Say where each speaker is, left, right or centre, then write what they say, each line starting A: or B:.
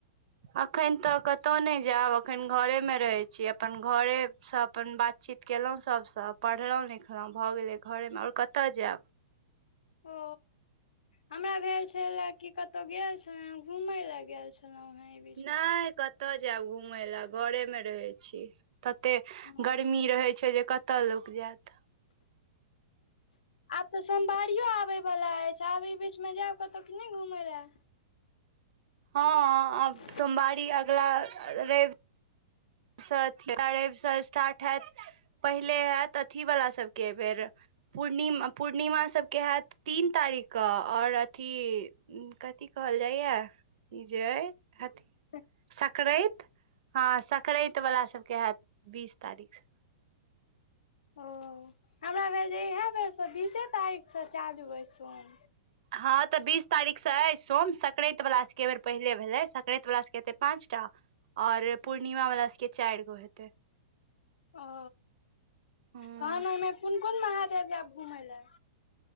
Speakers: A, on the right; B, on the left.
A: अखन तऽ कतहु नहि जायब अखन घरेमे रहैत छी अपन घरे सँ अपन बातचीत केलहुँ सभसँ पढ़लहुँ लिखलहुँ भऽ गेलै घरेमे आओर कतय जायब।
B: ओ। हमरा भेल छल ले की कतहु गेल छलो घूमे ले गेल छलो हे।
A: नहि कतऽ जायब घुमय लए घरे मे रहै छी। ततेक
B: हँ
A: गर्मी रहैत छैय जे कतय लोक जायत।
B: आब तऽ सोमवारियो आबय वला अछि आब एहि बीचमे जायब कतहु कि नहि घुमय लए।
A: हँ
B: हँ
A: आ सोमवारी अगला रैब। <inaudible> पहिले होयत अथी वला सबके बेेर पूर्णिमा। पूर्णिमा सबके हाएत तीन तारीखके आओर अथी कथी कहल जाइया जे अथ
B: से
A: सकराति ह सक <unintelligible> बला सबके होयत बीस तारीख से।
B: ओ हमरा भेल जे इएह बेरसँ बीसे तारीख से चालू अइ सोम।
A: हँ तऽ बीस तारीखसँ अइ सोम संक्राति वला सभके बेर पहिले भेलै संक्राति वला सभके हतै पाँच टा। और पूर्णिमा वाला सबके चारि गो हेते।
B: ओ
A: हूँ
B: तहन ओहिमे कोन कोन महादेव जायब घुमय लए।